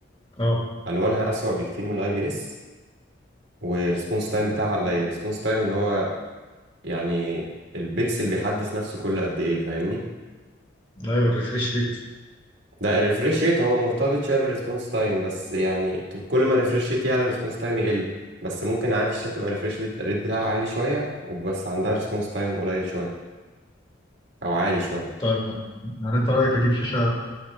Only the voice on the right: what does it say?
الوانها اسوأ بكتير من الاي بي اس والريسبونس تايم بتاعها قليل الريسبونس تايم اللي هو يعني البيكسل بيحدث نفسه كل قد ايه فاهمني
ده الريفريش ريت هو مرتبط شويه بالريسبونس تايم بس يعني ت- كل ما الريفريش ريت يعلى الريسبونس تايم يقل بس ممكن عادي الشات تبقى الريفريش ريت بتاعها عالي شويه وبس عندها ريسبونس تايم قليل شويه او عالي شويه